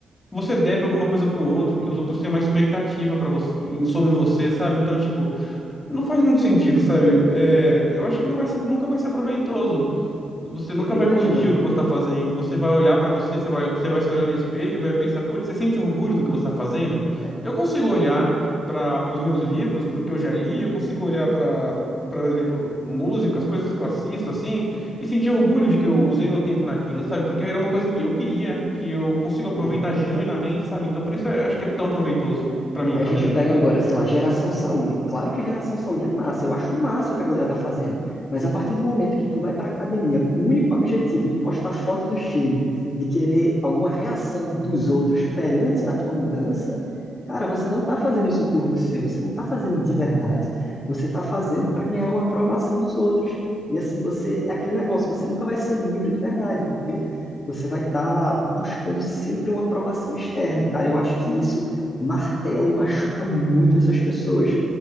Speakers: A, on the left; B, on the left.
A: Você deve alguma coisa pro outro,
B: né?
A: que os outros têm uma expectativa para você, em- sobre você, sabe? Então, tipo. Não faz muito sentido, sabe? É, eu acho que não vai ser, nunca vai ser proveitoso. Você nunca
B: Porque
A: vai
B: imagina,
A: curtir o que você está fazendo. Você vai olhar para você, você vai, olhar- você vai se olhar no espelho e vai pensar, putz, você sente orgulho do que você está fazendo?
B: é,
A: Eu consigo olhar para os meus livros, para o que eu já li, eu consigo olhar para, por exemplo, músicas, coisas que eu assisto, assim, e sentir orgulho de que eu usei meu tempo
B: um,
A: naquilo, sabe? Porque era uma coisa que eu queria, que eu consigo aproveitar
B: um
A: genuinamente, sabe? Então por isso eu acho que é tão proveitoso,
B: né?
A: para mim,
B: Aí
A: pelo
B: a gente
A: menos.
B: pega agora, sei lá, geração saúde. Claro que geração saúde é massa, eu acho massa o que a galera tá fazendo. Mas a partir do momento que tu vai pra academia com o único objetivo de postar foto do shape, de querer alguma reação dos outros perante a tua mudança, cara, você não tá fazendo isso por você, você não tá fazendo de verdade. Você tá fazendo pra ganhar uma aprovação dos outros. E assim, você é aquele negócio, você nunca vai ser livre de verdade, porque você vai estar buscando sempre uma aprovação externa. E cara, eu acho que isso martela e machuca muito essas pessoas.